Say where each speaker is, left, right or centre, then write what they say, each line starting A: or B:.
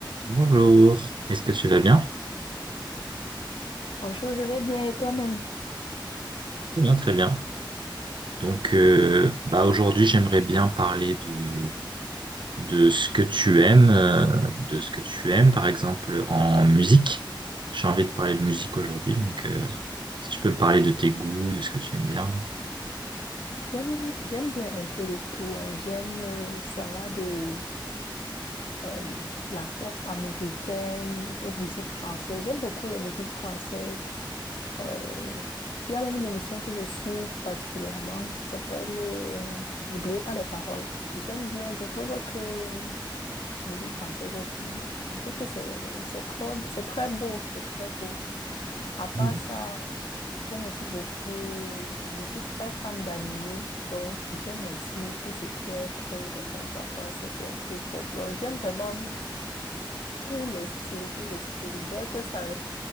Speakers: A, on the right; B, on the left.
A: Bonjour, est-ce que tu vas bien?
B: Bonjour, je vais bien et toi-même?
A: Très bien, très bien. Donc, euh, bah aujourd'hui, j'aimerais bien parler de, de ce que tu aimes, euh, de ce que tu aimes, par exemple en musique. J'ai envie de parler de musique aujourd'hui, donc euh, si tu peux me parler de tes goûts, de ce que tu aimes bien.
B: J'aime, j'aime bien un peu de tout. hein. J'aime, euh, ça va de euh, la pop américaine aux musiques françaises. J'aime beaucoup les musiques françaises. Euh, il y a même une émission que je suis particulièrement, ça s'appelle euh, N'oubliez pas les paroles. J'aime bien, je trouve que la musique française, est- je trouve que c'est c'est très, c'est très beau, c'est très beau. À part
A: Mm.
B: ça, J'aime aussi beaucoup, je suis très fan d'anime, donc j'aime aussi tout ce qui est très au Japon, parfois c'est un K-pop. là. J'aime vraiment tous les styles, tous les styles. Dès que ça,